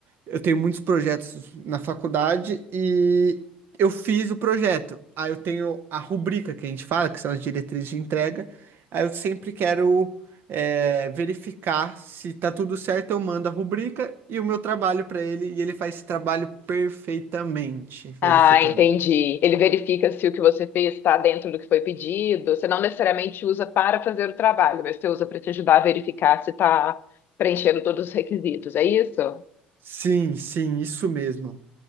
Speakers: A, on the right; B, on the left.
A: eu tenho muitos projetos na faculdade e eu fiz o projeto. Aí eu tenho a rubrica que a gente fala, que são as diretrizes de entrega. Aí eu sempre quero é, verificar se tá tudo certo, eu mando a rubrica e o meu trabalho para ele, e ele faz esse trabalho perfeitamente, verificando.
B: Ah, entendi. Ele verifica se o que você fez está dentro do que foi pedido. Você não necessariamente usa para fazer o trabalho, mas você usa para te ajudar a verificar se está preenchendo todos os requisitos. É isso?
A: Sim, sim, isso mesmo.